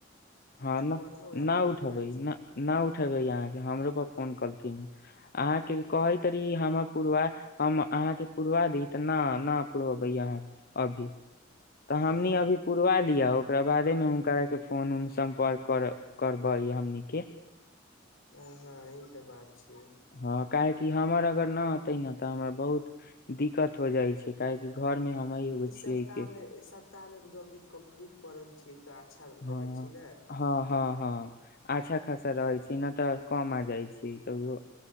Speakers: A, on the left (about 50°); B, on the left (about 75°).
A: हँ ना
B: कोनहु राम
A: ना
B: फोन
A: उठबै
B: करै छी
A: ना नहि उठेबै अहाँके हमरो पर फोन कलथिन अहाँके कहैत रहि हमर पुरवा हम अहाँके पुरवा दी त न ने ओ भैय हाँ के अभी तऽ हमनी
B: हँ
A: अभी पूरा करा लिय ओकरा बादे मे हुनक के फोन उन सम्पर्क कर करबै हमनीक के
B: ह हँ ई तऽ बात छियै
A: हँ काहेकि हमर अगर न अतै न तऽ हमरा बहुत दिक्कत हो जाइ छै काहेकि घर मे हमे एगो
B: ई सप्ताह
A: छियै के
B: मे सप्ताह मे जल्दी कम्प्लीट करल छी तऽ अच्छा
A: हँ
B: रहै छी ने
A: हँ हँ हँ अच्छा खासा रहै छी नहि तऽ कम आ जाइ छी तऽ